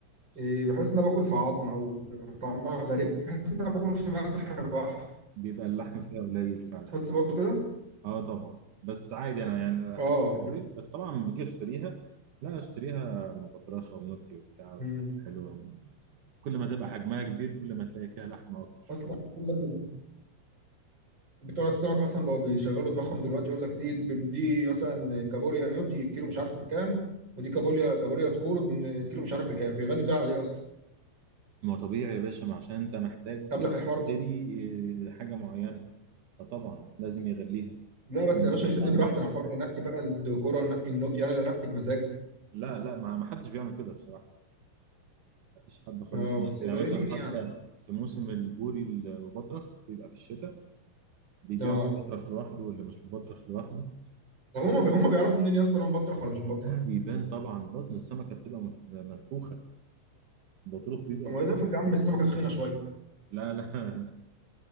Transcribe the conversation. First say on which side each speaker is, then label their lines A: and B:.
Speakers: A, on the right; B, on the right.
A: إيه، بحس ان انا باكل في عظم او طعمها غريب بحس ان انا باكل في ملح بحر
B: بيبقى اللحم فيها قليل فعلا
A: تحس برضو كده
B: اه طبعا بس عادي انا يعني انا
A: اه
B: احب الكابوريا بس طبعا لما باجي اشتريها لا اشتريها مبطرخه ونوتي وبتاع
A: أمم.
B: حلوه كل ما تبقى حجمها كبير كل ما تلاقي فيها لحمه اكتر
A: اصلا يقول لك إن بتوع السمك اصلا بقوا بيشغلوا دماغهم دلوقتي يقول لك دي دي مثلا كابوريا نيوتي كيلو مش عارف بكام ودي كابوريا كابوريا تكورو كيلو مش عارف بكام بيغلوا ده على ايه اصلا
B: ما هو طبيعي يا باشا ما عشان انت محتاج
A: قبلك الحوار
B: تشتري آه، حاجه معينه فطبعا لازم يغليها
A: لا
B: عشان
A: بس
B: يميز
A: يا باشا يسيبني
B: ده عن
A: براحتي
B: ده
A: انا حر انقي بقى الديكور انقي النوت يعني انقي بمزاج
B: لا لا ما ما حدش بيعمل كده بصراحه ما فيش حد خالص
A: اه
B: بيعمل
A: بس
B: كده.
A: قليلين
B: يعني مثلا
A: يعني
B: حتى في موسم البوري المبطرخ بيبقى في الشتاء اللي بيبيع
A: اه
B: مبطرخ لوحده واللي مش مبطرخ لوحده
A: طب هم هم بيعرفوا منين يا اسطى انا مبطرخ ولا مش مبطرخ؟
B: لا بيبان طبعا بطن السمكة بتبقى مف- منفوخة البطروخ بيبقى
A: طب ما
B: باين
A: ده افرض
B: من
A: يا عم
B: جوه.
A: السمكه تخينه شويه
B: لا لا لا.